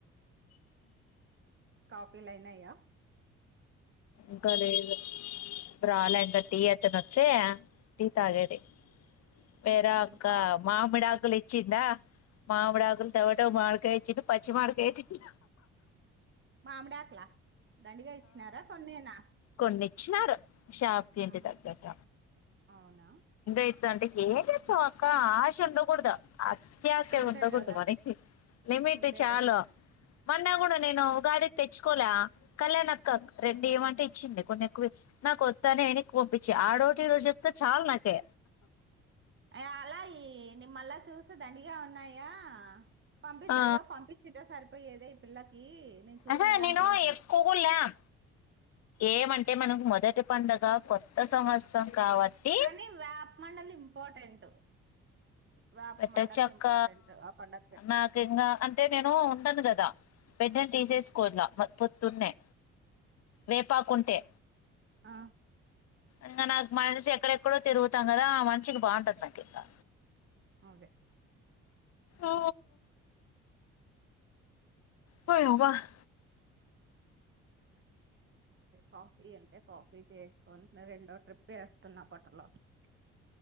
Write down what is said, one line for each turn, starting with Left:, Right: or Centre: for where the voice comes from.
Right: కాఫీ లైనాయా
Left: ఇంకా లేదు రాలా ఇంకా టీ అతను వచ్చే టీ తాగేది వేరే అక్క
Right: ఇంకా
Left: మామిడి ఆకు ఆకులు ఇచ్చిందా మామిడి ఆకులు తవట మాడికాయ ఇచ్చి పచ్చి మాడికాయచ్చంద
Right: మామిడాక్ లా దండిగా ఇచ్చినారా కొన్నేనా
Left: కొన్ని ఇచ్చినారు షాప్ కి ఇంటి
Right: ఆ
Left: తగ్గాట్ట
Right: అవునా
Left: గ అంటే ఏం తెచ్చామ్ అక్క ఆశ ఉండకూడదు అత్యాస
Right: అంతే
Left: ఉండకూడదు
Right: కదా
Left: గాని లిమిట్
Right: అంతే
Left: చాలు
Right: కదా
Left: మొన్నా కూడా నేను ఉగాది తెచ్చుకోల కళ్యాణీ అక్క రెండు ఇమంటే ఇ తెచ్చింది కొన్ని ఎక్కువే నాగొద్దని ఎనక్కి పంపించ ఆ డొటి ఇ డొటి చెప్పు ఇక చాలు నాకి
Right: అ అలా ఈ నిమల్ళ చూస్తే దండిగా ఉన్నాయా పంపించు
Left: ఆ
Right: అయ్యో పంపించి ఇట్టె సరిపోయేదే ఈ పిల్లకి నేను చూడలేదు
Left: ఆహా నేను
Right: అనుకుంటి
Left: ఎక్కువగా ల్యం ఏమంటే మనం మొదటి పండుగ కొత్త సంవత్సరం కాబట్టి
Right: కానీ వ్యాప్ మండలి ఇంపార్టెంట్ వేప
Left: పెట్టొచ్చక్క
Right: మండలి ఇంపార్టెంట్ ఆ పండక్కి
Left: నాకు ఇంకా అంటే నేను ఉండను కదా వెంటనే
Right: అంతే
Left: తీసేసుకోవల్ల పొద్దున్నే వేపాకుంటే
Right: ఆ
Left: ఇంకా నాకు మనసు ఎక్కడెక్కడో తిరుగుతాం కదా ఆ మనిషికి బాగుండదు నాకింకా
Right: అదే
Left: ఓ పోయవా హ
Right: కాఫీ అంటే కాఫీ చేసుకొని రెండో ట్రిప్ ఎస్తున్నా పొట్టలొకి